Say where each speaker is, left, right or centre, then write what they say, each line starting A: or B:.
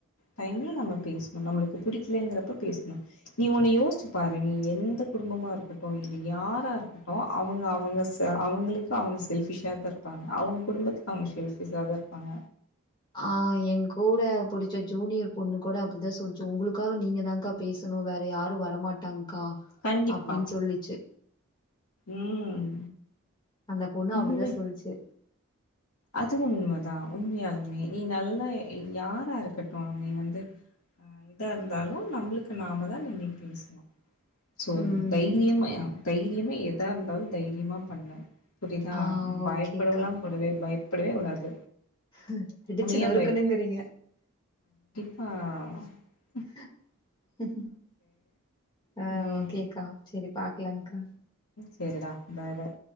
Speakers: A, on the left; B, on the left.
A: டைமில நம்ம பேசணு நம்மளுக்கு பிடிக்கலங்கிறப்ப பேசணு நீ ஒன்று யோசிச்சு பாரு நீ எந்த குடும்பமாக இருக்கட்டு இல்ல யாராக இருக்கட்டு அவங்க அவங்க அவங்களுக்கு அவங்க செல்ஃபிஷாக தா இருப்பாங்க அவங்க குடும்பத்துக்கு அவங்க ஷெல்ஃபீஸா தா இருப்பாங்க
B: ஆஹ் எங்கூட புடிச்ச ஜூனியர் பொண்ணு கூட அப்டிதா சொல்லிச்சு உங்களுக்காக நீங்க தான்கா பேசணு வேற யாரு வரமாட்டாங்க க்கா
A: கண்டிப்பா
B: அப்டின்னு சொல்லிச்சு
A: ம்
B: அந்த பொண்ணு
A: உண்மை
B: அப்டிதா சொல்லிச்சு
A: அது உண்மதா உண்மையாலுமே நீ நல்லா இ யாரா இருக்கட்டொ நீ வந்து ஆ இதா இருந்தாலு நம்ளுக்கு நாம தா நின்னீட் பேசணொ சோ
B: ம்
A: தைரியம யா தைரியமா எதா இருந்தாலு தைரியமா பண்ணு புரிதா
B: ஆ
A: பயப்படவெல்லா
B: ஓகேக்கா
A: கூடவே பய ப்படவே கூடாது
B: ம் இடிச்சு நொறுக்குன்னுங்குறீங்க.
A: ஏ ஆ
B: ஹ ஆ
A: ம்
B: ஓகேக்கா செரி பாக்கலாங்கா
A: செரிடா பாய் பாய்